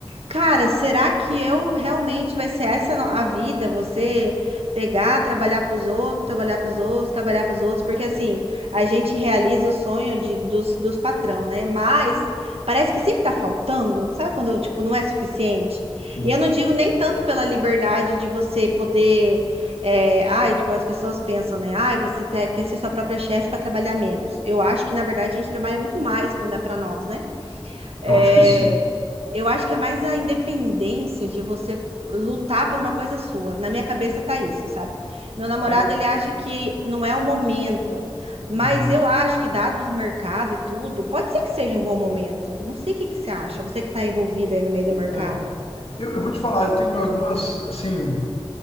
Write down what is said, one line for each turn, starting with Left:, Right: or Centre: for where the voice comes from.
Right: cara, será que eu realmente vai ser essa no- a vida? Você pegar, trabalhar para os outros, trabalhar para os outros, trabalhar para os outros, porque assim, a gente realiza o sonho de, dos, dos patrão, né? Mas parece que sempre tá faltando, sabe quando, tipo, não é suficiente?
Left: sim.
Right: E eu não digo nem tanto pela liberdade de você poder. É, ai, tipo, as pessoas pensam, né? Ai, você te- quer ser sua própria chefe para trabalhar menos. Eu acho que, na verdade, a gente trabalha muito mais quando é para nós, né? É,
Left: eu acho que sim.
Right: eu acho que é mais a independência de você lutar por uma coisa sua. Na minha cabeça tá isso, sabe? Meu namorado,
Left: É,
Right: ele acha que não é o momento, mas
Left: uhum.
Right: eu acho que, dados o mercado e tudo, pode ser que seja um bom momento. Não sei o que que você acha, você que tá envolvido aí no meio do mercado.
Left: É, eu, eu vou te falar, eu tenho algumas, assim,